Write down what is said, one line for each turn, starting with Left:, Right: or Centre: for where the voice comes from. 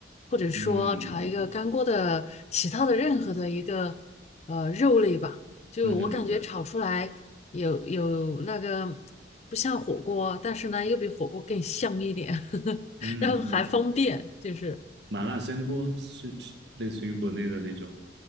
Left: 或者说炒一个干锅的其他的任何的一个呃肉类吧，
Right: 嗯
Left: 就我感觉炒出来有有那个不像火锅，
Right: 嗯
Left: 但是呢又比火锅更香一点。<laughs>
Right: 嗯，
Left: 然后还方便，
Right: 嗯
Left: 就是
Right: 麻辣香锅是是类似于国内的那种，